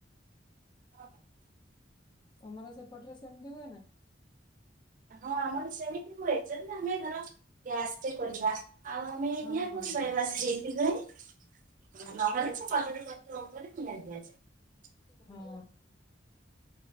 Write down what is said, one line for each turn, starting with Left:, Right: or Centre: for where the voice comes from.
Right: <unintelligible>
Left: ତମର ସେପଟରେ ସେମିତି ହୁଏ ନା?
Right: ହଁ ଆମର ସେମିତି ହୁଏ ଯେମିତି ଆମେ ଧର ଗ୍ୟାସରେ କରିବା ଆଉ ଆମେ
Left: ହଁ
Right: ନିଆଁ
Left: ହଁ
Right: କୋଉଠୁ ପାଇବା
Left: ହଁ
Right: ସେଇଥିପାଇଁ
Left: ହୁଁ,
Right: ନହେଲେ ସେ କଦଳୀ ପତ୍ର ଉପରେ ନିଆଁ ଦିଆଯାଏ।
Left: ହଁ।